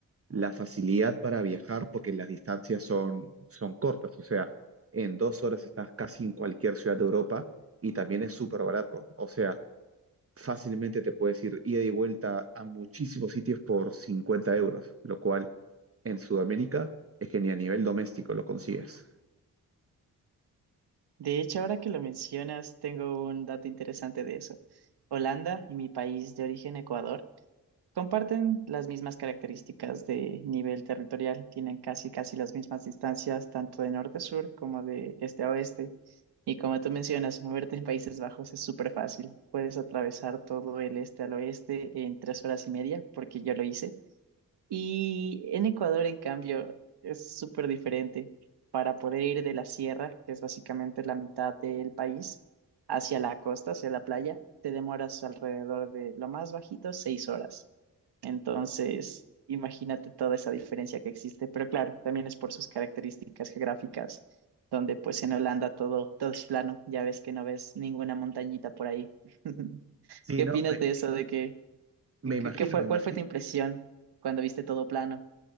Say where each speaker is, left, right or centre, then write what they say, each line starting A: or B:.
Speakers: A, on the right (about 35°); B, on the right (about 75°).
A: la facilidad para viajar, porque las distancias son, son cortas, o sea, en dos horas estás casi en cualquier ciudad de Europa y también es súper barato, o sea, fácilmente te puedes ir ida y vuelta a muchísimos sitios por 50 euros, lo cual en Sudamérica es que ni a nivel doméstico lo consigues.
B: De hecho, ahora que lo mencionas, tengo un dato interesante de eso. Holanda y mi país de origen, Ecuador, Comparten las mismas características de nivel territorial, tienen casi casi las mismas distancias tanto de norte a sur como de este a oeste. Y como tú mencionas, moverte en Países Bajos es súper fácil. Puedes atravesar todo el este al oeste en tres horas y media, porque yo lo hice. Y en Ecuador, en cambio, es súper diferente. Para poder ir de la sierra, que es básicamente la mitad del país, hacia la costa, hacia la playa, te demoras alrededor de lo más bajito, seis horas. Entonces, imagínate toda esa diferencia que existe. Pero claro, también es por sus características geográficas, donde pues en Holanda todo, todo es plano. Ya ves que no ves ninguna montañita por ahí. <laughs>
A: Sí,
B: ¿Qué
A: no,
B: opinas
A: me,
B: de eso? ¿De que,
A: me
B: que-
A: imagino,
B: que fue,
A: me imagino,
B: cuál fue tu impresión cuando viste todo plano?